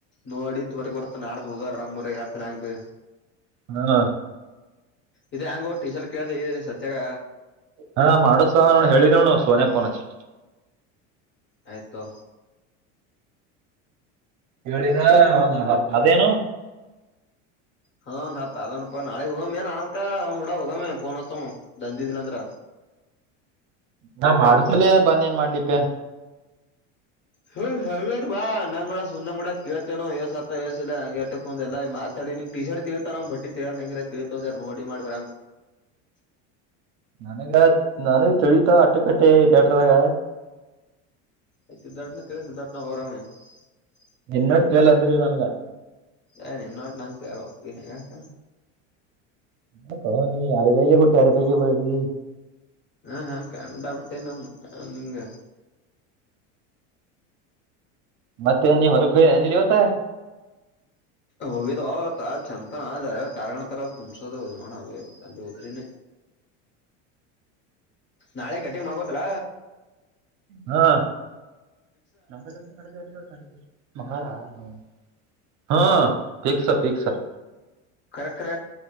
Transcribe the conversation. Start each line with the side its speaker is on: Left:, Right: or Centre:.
Left: ನೋಡಿತ್ರ್ ಬರ್ತ ನ ಬೋದ ರಂಗ್ರ ಆತ ಹೇಗಬೆ
Right: ಹಾ
Left: ಇದು ಹ್ಯಾಂಗೋ ಟೀ ಶರ್ಟ್ ಕೇಳದೆ ಸತ್ಯಾಗ
Right: ಹಾ ಮಾಡಿಸತಾವ ನೋಡ್ ಹೇಳಿದ್ ನೋಡುತ ಸೊನೆಫೋನ್ಚ್ಚಿ
Left: ಆಯತೋ
Right: ಹೇಳಿದ ಒಂದು ಅದೇನು
Left: ಹಾ ಹ ತಪ್ಪ ನಳೆ ಹೋಗಾಮ ಏ ನಲ್ಕ ಅವ್ನು ಕೂಡ ಹೋಗಾಮೇಫೋನ್ ಅಸತ ದಂದ ಇಿಲ್ಲ ಅಂದ್ರ
Right: ನಾ ಮಾಡ್ಸಲೇ ಬಂದ ಏನ್ ಮಾಡ್ಲಿಪ
Left: ಹ ಹೇಡ ಬಾ ನಂಗ ಕೂಡ ಸುಂದ್ ಕೂಡ ಕೇತೇನೋ ಯಸತ ಯಸಿಲ್ಲ ಹಂಗಗೆಟಕಂದ ಎಲ್ಲ ಮಾತಾಡ ಲೀ ನೀ ಟೀಶರ್ಟ್ ತಿಗತನ್ ಬಟ್ಟಿಂಗರ ತಿತರ್ ನೋಡಿ ಮಾಡ್್ರಾರ
Right: ನನಗ ನನಗ್ ತಿಳಿತ ಅಟ್ಟೆಕಟ್ಟೆ ಡಾಕ್ಟರ್ದಾಗ
Left: ಮಾತೆ ಇದೀಗ <unintelligible>
Right: ನಿನ್ನೋಡಿ ಕೇಳೇಳ ಅಂದ್ರೀ ನಾನುಗೆ
Left: ಏ ನಿನ್ನ ನಂಗ ಪಿ ಆರ ಪಿ ಹಕ
Right: ನಾ ಕ ನೀ ಯಾರ ಬಾಯಗೆ ಹುಟ್ಟಿ ಯಾರ ಬಾಯಗೆ ಬೆಳಗ್ಿ
Left: ಹಾ ಹಾ ಕಂಡಾಪಟ್ಟೆನ ನೀಂಗ
Right: ಮತ್ತೆ ನೀ ಹೊಲಕ್ ಹ ನಿಲ್ಲಿವತ್ತ
Left: ಹೋಗಿದ ಚಂತನ ಕಾರ್ ತರ ತುಂಬಸೋದು ಅವನ ಲೀ ಉದೇರೇನೆ ನಾಳೆ ಕಟ್ನಿಂಗ್ ಮಾಡ್ಕೋದ್ರ
Right: ಹ ನಲ್ಲ ಮಾರ <unintelligible> ಹಾ ಟೀಕೆ ಸರ್ ಟೀಕೆ ಸರ್
Left: ಕರಕ್ಕರ